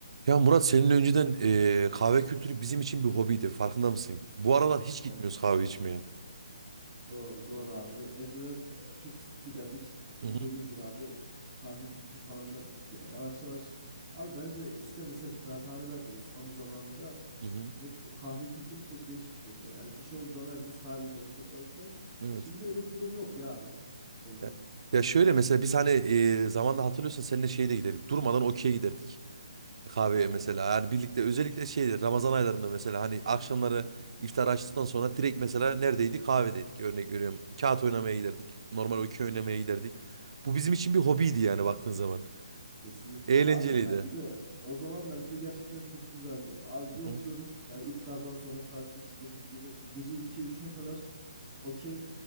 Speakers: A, on the right; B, on the right.
A: Ya Murat senin önceden eee, kahve kültürü bizim için bir hobiydi. Farkında mısın? Bu aralar hiç gitmiyoruz
B: Evet.
A: kahve içmeye.
B: Doğru, doğru abi. Önceden e, çok sık giderdik. Şimdi
A: Hı hı,
B: dediğin gibi abi o kahve kültürü falan da bitti ya. Yavaş yavaş. Abi bence eskiden mesela kıraathanelerde Osmanlı zamanında
A: hı hı.
B: yani hep kahve kültürü çok genişmiş mesela. Yani bir şey olduğu zaman herkes kahve gidermiş, toplanmış falan.
A: Evet.
B: Şimdi öyle bir durum yok ya abi. Bence.
A: Ya, ya şöyle mesela biz hani eee zamanda hatırlıyorsan seninle şeye de giderdik. Durmadan okey'e giderdik. Kahveye
B: Aynen.
A: mesela. Yani birlikte özellikle şeyde Ramazan aylarında mesela hani akşamları iftar açtıktan sonra direkt mesela neredeydik? Kahvedeydik. Örnek veriyorum. Kağıt oynamaya giderdik. Normal okey oynamaya giderdik. Bu bizim için bir hobiydi yani baktığın zaman.
B: Kesinlikle
A: Eğlenceliydi.
B: abi yani bir de o zamanlar bir de gerçekten çok güzeldi. Abi
A: Hı
B: bir
A: hı.
B: oturuyorduk yani iftardan sonra saat 8-9 gibi gece 2-3'e kadar okey.